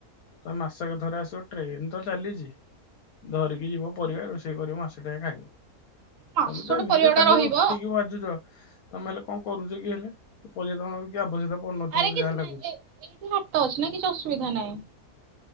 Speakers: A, on the left; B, on the right.
A: ତ ମାସେକ ଥରେ ଆସିବ ଟ୍ରେନ୍ ତ ଚାଲିଚି। ଧରିକି ଯିବ ପରିଆ ରୋଷେଇ କରିବ ମାସେ ଟାଏ ଖାଇବ।
B: ମାସଟେ
A: ତମେ ତ ଏମିତିରେ
B: ପରିବା ଗୁଡା
A: ଖାଲି
B: ରହିବ
A: ରୁଟିକି ବାଜୁଚ। ତମେ ହେଲେ କଣ କରୁଛ କି ହେଲେ, ପରିବା ଆବଶ୍ୟକତା ପଡୁନିଥିବ
B: ଆରେ
A: ମତେ
B: କିଛି
A: ଯାହା
B: ନାହିଁ
A: ଲାଗୁଛି।
B: ଏ ଏଇଠି ହାଟ ଅଛି ନା କିଛି ଅସୁବିଧା ନାହିଁ।